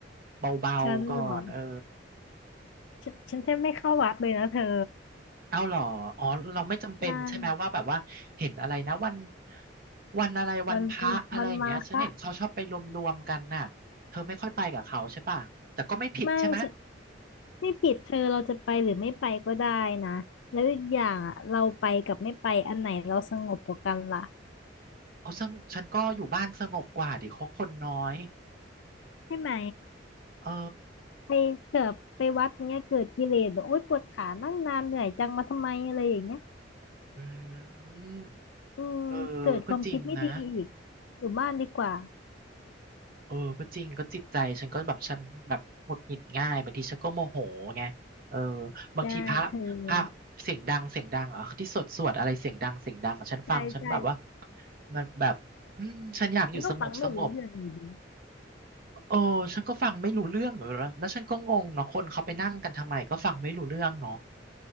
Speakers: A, on the right (about 50°); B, on the left (about 80°).
A: เบาๆก่อนเออ
B: ฉันเหรอ ฉันฉันแทบไม่เข้าวัดเลยนะเธอ
A: เอาเหรออ๋อเราไม่จำเป็นใช่ไหมว่าแบบว่าเห็นอะไรนะวัน
B: จ้าง
A: วันอะไรวันพระอะไรอย่างเงี้ยฉันเห็นเขาชอบไปรวมๆกันน่ะเธอไม่ค่อยไปกับเขาใช่ป่ะแต่ก็ไม่ผิดใช่ไหม
B: มันมันมันมาคะไม่ฉันไม่ผิดเธอเราจะไปหรือไม่ไปก็ได้นะแล้วอีกอย่างอะเราไปกับไม่ไปอันไหนเราสงบกว่ากันล่ะ
A: เอาซึ่งฉันก็อยู่บ้านสงบกว่าดิเขาคนน้อย
B: ใช่ไหม
A: เออ
B: ไปเกิดไปวัดเนี้ยเกิดกิเลสแบบโอ๊ยปวดขานั่งนานเหนื่อยจังมาทำไมอะไรอย่างเงี้ย
A: อืม
B: อืมเกิดความคิดไม่ดีอีก
A: เออก็จริงนะ
B: อยู่บ้านดีกว่า
A: เออก็จริงก็จิตใจฉันก็แบบฉันแบบหงุดหงิดง่ายบางทีฉันก็โมโหไงเออบางทีพระพระเสียงดังเสียงดังอ่ะที่สวดสวดอะไรเสียงดังเสียงดังอะฉันฟังฉันแบบว่า
B: ใช่เธอใช่ใช่
A: มันแบบอืมฉันอยากอยู่สงบสงบ
B: ฉันก็ฟังไม่รู้เรื่องอยู่ดี
A: เออฉันก็ฟังไม่รู้เรื่องเหรอแล้วฉันก็งงเนาะคนเขาไปนั่งกันทำไมก็ฟังไม่รู้เรื่องเนาะ